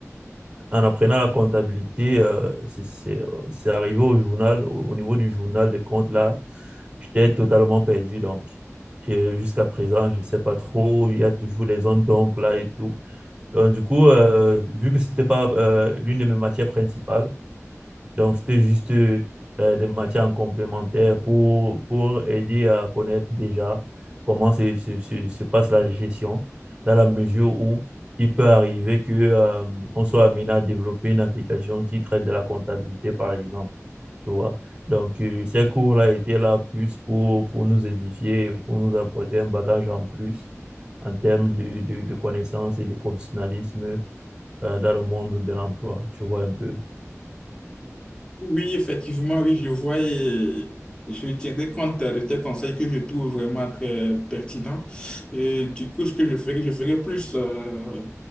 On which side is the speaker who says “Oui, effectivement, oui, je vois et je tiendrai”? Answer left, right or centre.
Left